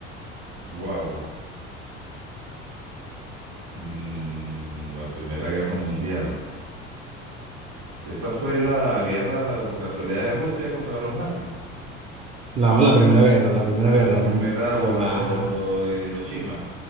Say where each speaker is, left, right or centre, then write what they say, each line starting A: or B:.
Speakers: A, on the right; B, on the right.
A: Wow. la Primera Guerra Mundial. Esa fue la guerra por casualidad de Rusia contra los nazis.
B: No, la Primera Guerra, la Primera Guerra.
A: La primera
B: No, no,
A: o la
B: ajá.
A: de los Hiroshima.